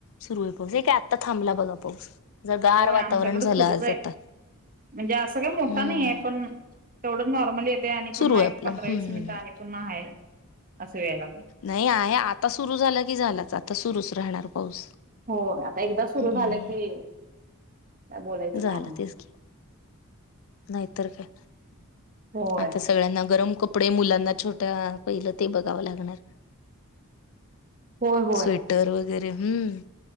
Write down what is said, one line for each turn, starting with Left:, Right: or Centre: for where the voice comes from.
Left: सुरू आहे पाऊस हे काय आता थांबला बघा पाऊस.... जर गार
Right: होय
Left: वातावरण
Right: आमच्याकडे
Left: झालं
Right: सुरूच
Left: आज
Right: आहे
Left: आता
Right: म्हणजे असं काय मोठा
Left: हम्म
Right: नाही आहे पण... तेवढं नॉर्मल येते आणि पुन्हा
Left: सुरू आहे
Right: एक
Left: आपलं
Right: पंधरा
Left: हम्म
Right: वीस मिनिटं
Left: हम्म
Right: आणि पुन्हा आहे. असं यायला लागलं
Left: नाही आहे आता सुरू झाला की झालाच आता सुरुच राहणार पाऊस....
Right: हो आता एकदा सुरु
Left: हम्म
Right: झालं की, बोलायचं
Left: झालं
Right: काम.
Left: तेच की नाहीतर काय
Right: होय
Left: आता सगळ्यांना गरम कप कपडे मुलांना छोट्या पहिलं ते बघावं लागणार.
Right: होय होय
Left: स्वेटर वगैरे हम्म.